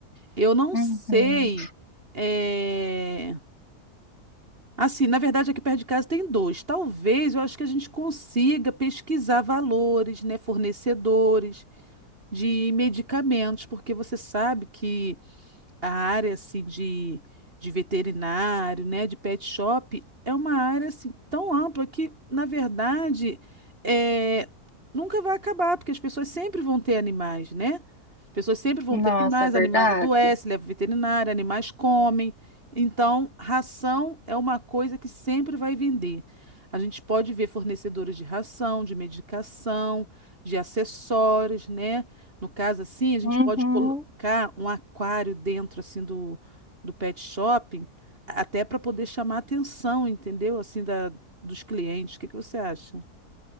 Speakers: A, on the right; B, on the left.
A: Eu não
B: uhum.
A: sei. é, Assim, na verdade, aqui perto de casa tem dois. Talvez eu acho que a gente consiga pesquisar valores, né? Fornecedores de medicamentos, porque você sabe que a área assim de, de veterinário, né, de pet shop, é uma área assim tão ampla que, na verdade, é, nunca vai acabar, porque as pessoas sempre vão ter animais, né? As pessoas sempre vão
B: Nossa,
A: ter animais,
B: é verdade.
A: animais adoecem, levam veterinário, animais comem. Então, ração é uma coisa que sempre vai vender. A gente pode ver fornecedores de ração, de medicação, de acessórios, né? No caso, assim, a gente
B: Uhum.
A: pode colocar um aquário dentro, assim, do, do pet shop, até para poder chamar a atenção, entendeu? Assim, da, dos clientes. O que que você acha?